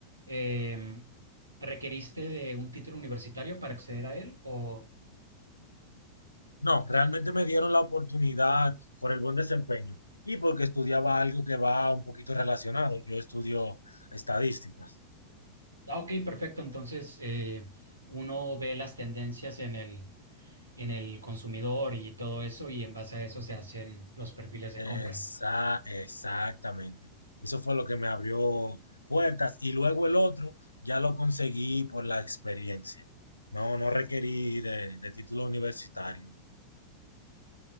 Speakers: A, on the right (about 80°); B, on the left (about 80°).
A: em, requeriste de un título universitario para acceder a él o...
B: No, realmente me dieron la oportunidad por el buen desempeño y porque estudiaba algo que va un poquito relacionado. Yo estudio estadísticas.
A: Ah, ok, perfecto. Entonces, eh, uno ve las tendencias en el, en el consumidor y todo eso, y en base a eso se hacen los perfiles de
B: Esa-
A: compra.
B: exactamente. Eso fue lo que me abrió puertas y luego el otro ya lo conseguí por la experiencia. No, no requerí de, de título universitario.